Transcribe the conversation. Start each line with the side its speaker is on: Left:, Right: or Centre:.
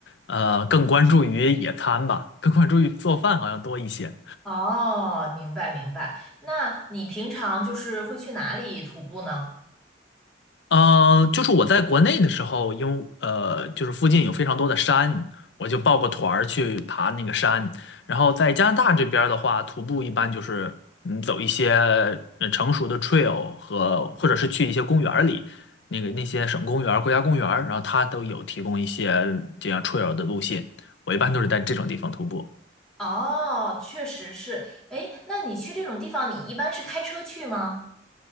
Left: 呃更关注于野餐吧，更关注于做饭好像多一些。
Centre: 哦，明白明白。那你平常就是会去哪里徒步呢？
Left: 呃，就是我在国内的时候，因为呃，就是附近有非常多的山，我就报个团儿去爬那个山。然后在加拿大这边儿的话，徒步一般就是嗯走一些呃成熟的 trail 和或者是去一些公园儿里，那个那些省公园儿国家公园儿然后它都有提供一些这样 trail 的路线。我一般都是在这种地方徒步。
Centre: 哦，确实是。诶，那你去这种地方，你一般是开车去吗？